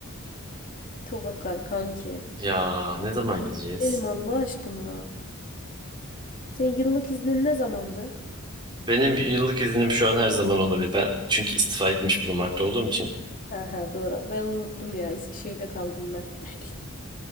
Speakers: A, on the left; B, on the right.
A: çok akar kanki.
B: Ya ne zaman gideceğiz?
A: Elim Allah aşkına. Senin yıllık iznin ne zamandı?
B: Benim yıllık iznim şu an her zaman olabilir. Ben çünkü istifa etmiş bulunmakta olduğum için.
A: Ha ha doğru. Ben unuttum ya. Eskişehir'de kaldım ben. <laughs>